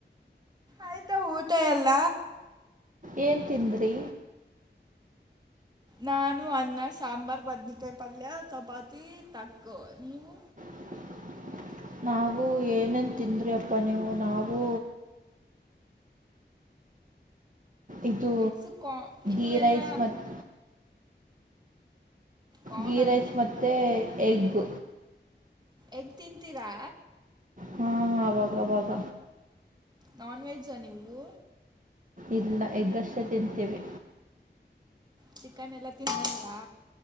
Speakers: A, on the right; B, on the right.
A: ಆಯ್ತಾ ಊಟ ಎಲ್ಲ
B: ಏನ್ ತಿಂದ್ರಿ
A: ನಾನು ಅನ್ನ ಸಾಂಬಾರ್ ಬದನೇಕಾಯಿ ಪಲ್ಯ ಚಪಾತಿ ತಕ್ಕ ನೀವು
B: <inaudible> ನಾವು ಏನನ್ ತಿಂದ್ರಿ ಅಪ್ಪ ನೀವು ನಾೂ ಇದು
A: ಇಟ್ಸ್ ಕಾ ಇದು
B: ೀ
A: ಎಲ್ಲ
B: ರೈಸ್ ಮತ್ತು
A: ಕಾಮನ್
B: ಗೀ ರೈಸ್ ಮತ್ತೆ ಎಗ್
A: ಎಗ್ ತಿಂತೀರಾ
B: ಹಾ ಆಾಗಾಗ
A: ನಾನ್ವೆೆಜ್ಜಾ ನೀವು
B: ಇಲ್ಲ ಎಗ್ಗಷ್ಟೇ ತಿಂತೀವಿ
A: ಚಿಕನ್ ಎಲ್ಲಾ ತಿನ್ನಣವಾ